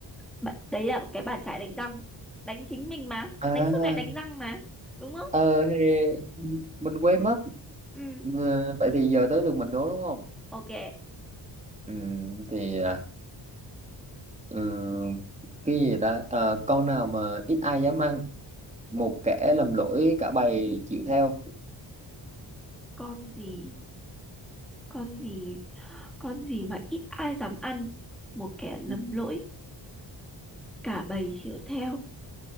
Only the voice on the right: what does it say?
à
ờ thì mình quên mất
Ờ, vậy thì giờ tới lượt mình đố đúng không
ừ, thì à, ừ, cái gì ta Ờ, con nào mà ít ai dám ăn một kẻ làm lỗi cả bầy chịu theo
ừ,